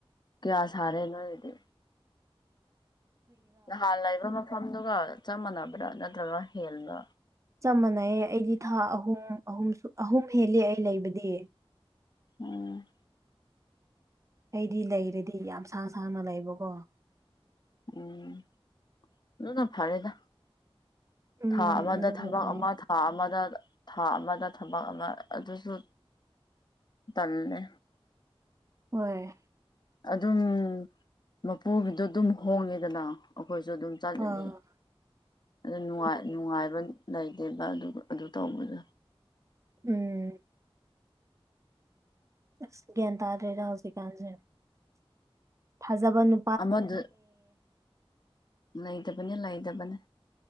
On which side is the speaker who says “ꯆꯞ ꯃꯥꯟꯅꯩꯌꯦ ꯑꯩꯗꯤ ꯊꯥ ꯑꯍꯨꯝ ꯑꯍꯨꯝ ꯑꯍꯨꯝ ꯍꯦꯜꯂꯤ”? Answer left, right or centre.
Right